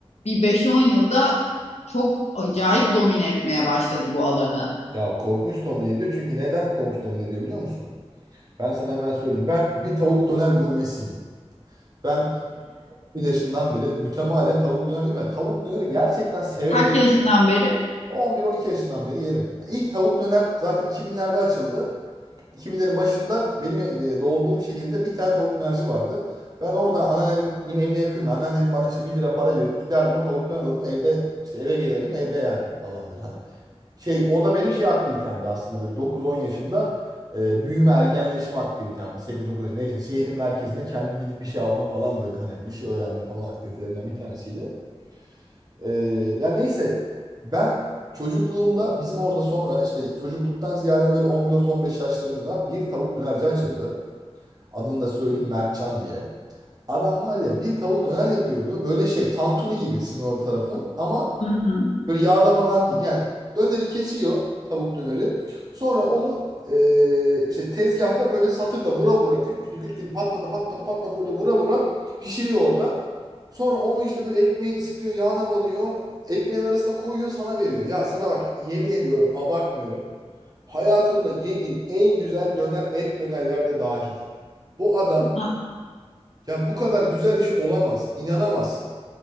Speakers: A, on the left; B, on the right.
A: bir beş on yılda çok acayip domine etmeye başladı bu alanı.
B: Ya korkunç domine ediyor. Çünkü neden korkunç domine ediyor biliyor musun? Ben sana hemen söyleyeyim. Ben bir tavuk döner gurmesiyim. Ben bir yaşından beri mütemadiyen tavuk döner yerim. ve Tavuk döneri gerçekten severek
A: Kaç yaşından beri?
B: 11-12 yaşından beri yerim. İlk tavuk döner zaten 2000'lerde açıldı. 2000'lerin başında benim e, doğduğum şehirde bir tane tavuk dönerci vardı. Ben orada anneannem yine evine yakındı. Anneannem bana işte 1 lira para verirdi. Giderdim o tavuk döner alırdım. Evde işte eve gelirdim evde yerdim falan böyle hani. Şey o da benim şey aktivitemdi aslında böyle 9-10 yaşında e, büyüme ergenleşme aktivitem. Yani 8-9 yaş neyse şehrin merkezine kendim gidip bir şey alma falan böyle hani işi öğrenme falan aktivitelerinden bir tanesiydi. Ee, ya neyse ben çocukluğumda bizim orada sonra işte çocukluktan ziyade böyle 14-15 yaşlarımda bir tavuk dönerci açıldı. Adını da söyleyeyim Mertcan diye. Adam var ya bir tavuk döner yapıyordu. Böyle şey tantuni gibi sizin orada tarafın ama
A: Hı hı.
B: Böyle yağda falan değil. Yani döneri kesiyor tavuk döneri. Sonra onu eee, işte tezgahta böyle satırla vura vura küt kütü küt kütü pat pata pat pata pat pata böyle vura vura pişiriyor orada. Sonra onu işte böyle ekmeği ısıtıyor, yağına banıyor. Ekmeğin arasına koyuyor, sana veriyor. Ya sana bak yemin ediyorum, abartmıyorum. Hayatımda yediğim en güzel döner et dönerler de dahil. Bu adam
A: Ha,
B: ya bu kadar güzel bir şey olamaz. İnanamazsın.